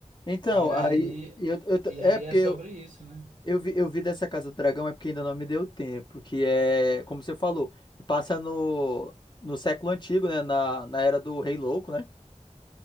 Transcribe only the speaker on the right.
E aí,
e
aí
é sobre
isso, né?